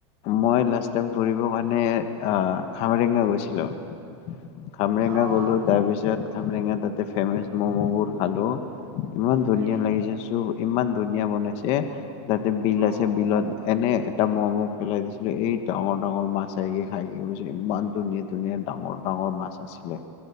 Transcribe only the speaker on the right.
অ'
হয় নেকি?
অ'